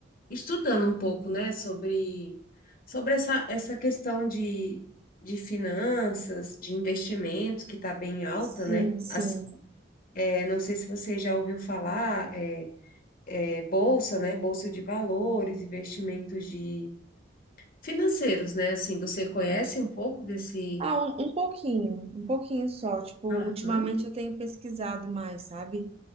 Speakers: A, on the left; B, on the right.
A: estudando um pouco, né, sobre, sobre essa, essa questão de, de finanças, de investimentos, que tá bem alta,
B: Sim,
A: né?
B: sim.
A: Assim, é, não sei se você já ouviu falar, é, é, bolsa, né? Bolsa de valores, investimentos de financeiros, né? Assim, você conhece um pouco desse.
B: Ah, um, um pouquinho, um pouquinho só. Tipo,
A: Aham.
B: ultimamente eu tenho pesquisado mais, sabe?